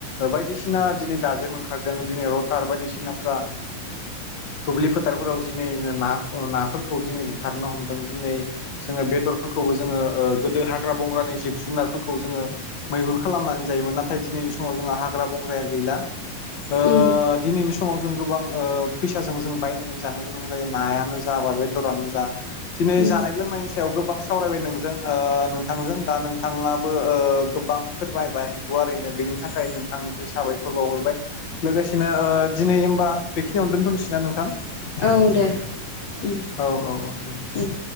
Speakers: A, on the left; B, on the left.
A: बायदिसिना दिनै दाजेम ओंखारदों दिनै रथार बायदिसिनाफ्रा दुब्लि-फोथारफोराव दिनै ना- नाफोरखौ दिनै बुथारनो हमदों दिनै जोङो बेदरफोरखौबो जोङो गोदो हाग्रा बंग्रानि जिब-जुनारफोरखौ जोङो मैहुर खालामनानै जायोमोन नाथाय दिनैनि समाव जोंहा हाग्रा बंग्राया गैला। ओ
B: उम
A: दिनैनि सम समाव जों गोबां ओ फैसाजों जों बायनानै जानो गोनां जायो नायानो जा बा बेदरानो जा, दिनै
B: उम
A: जानाय लोंनायनि सायाव गोबां सावरायबाय नोंजों ओ नोंथांजों दा नोंथां नोंथाङाबो ओ गोबां फोरमायबाय गुवारैनो बेनि थाखाय नोंथांनिख्रुइ साबायखर बावहरबाय लोगोसेनो ओ दिनै होमबा बेखिनियावनो दोन्थनोसै ना नोंथां?
B: औ दे उम
A: औ औ औ दे
B: उम